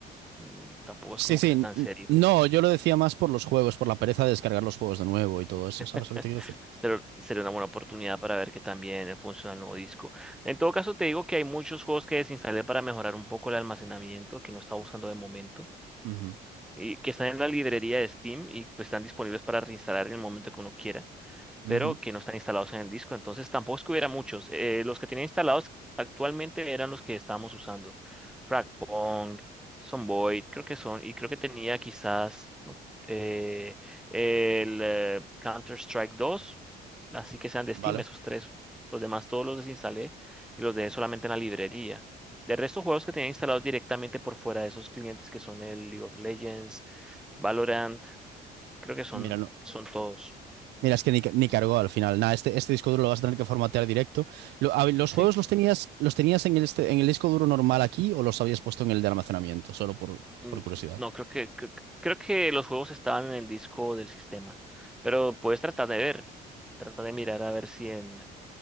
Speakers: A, in the centre; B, on the right (about 85°).
A: Mm, Tampoco es
B: sí,
A: como
B: sí,
A: que sea
B: n-
A: tan serio.
B: no, yo lo decía más por los juegos, por la pereza de descargar los juegos de nuevo y todo eso, ¿sabes
A: <laughs>
B: lo que te quiero decir?
A: Pero sería una buena oportunidad para ver que también funciona el nuevo disco. En todo caso, te digo que hay muchos juegos que desinstalé para mejorar un poco el almacenamiento, que no estaba usando de momento.
B: Ujú,
A: y que están en la librería de Steam y pues están disponibles para reinstalar en el momento que uno quiera pero
B: ujú,
A: que no están instalados en el disco. Entonces tampoco es que hubiera muchos. Eh, los que tenía instalados actualmente eran los que estábamos usando. Fragpong, Sonboy, creo que son, y creo que tenía quizás no, eh, el eh, Counter-Strike 2, así que sean de
B: Vale.
A: Steam esos tres. Los demás todos los desinstalé y los dejé solamente en la librería. De resto, juegos que tenía instalados directamente por fuera de esos clientes que son el League of Legends, Valorant, creo que son,
B: Mira,
A: son todos.
B: Mira, es que ni, ni cargó al final. Nada, este, este disco duro lo vas a tener que formatear directo. Lo- a ver, ¿los
A: Sí.
B: juegos los tenías, los tenías en el, este- en el disco duro normal aquí o los habías puesto en el de almacenamiento? Solo por,
A: Mm,
B: por curiosidad.
A: No, creo que, cre- creo que los juegos estaban en el disco del sistema, pero puedes tratar de ver, trata de mirar a ver si en,